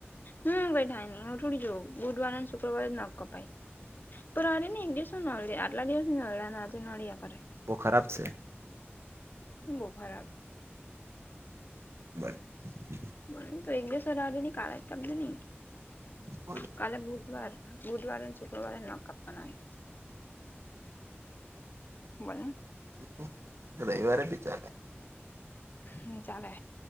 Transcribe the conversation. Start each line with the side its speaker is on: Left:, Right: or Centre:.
Left: હમ કાઈ થાય નય હું થોડી જોવ બુધવારે અને શુક્રવારે જ નખ કપાય. પણ આ એક દિવસ નળે છે આટલા દિવસની નળ્યા આજે નળિયા કરે.
Right: બોવ ખરાબ છે.
Left: હું બોવ ખરાબ?
Right: <inaudible>
Left: પણ એક દિવસ રેવા નઈ કાઢે જ કાપજે ની.
Right: પણ
Left: કાલે બુધવાર બુધવારે અને શુક્રવારે નખ કાપવાના હોય. બોલ ને
Right: પરંતુ રવિવારે બી ચાલે.
Left: નય ચાલે.